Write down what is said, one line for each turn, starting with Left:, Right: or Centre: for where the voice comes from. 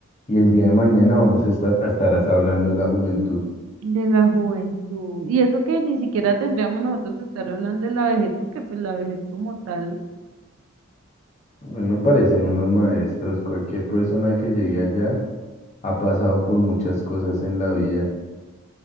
Left: y el día de mañana vamos a estar, a estar as- hablando de la juventud.
Right: de la juventud. Y eso que ni siquiera tendríamos nosotros que estar hablando de la vejez, porque pues la vejez como tal
Left: A mí me parecen unos maestros. Cualquier persona que llegue allá ha pasado por muchas cosas en la vida.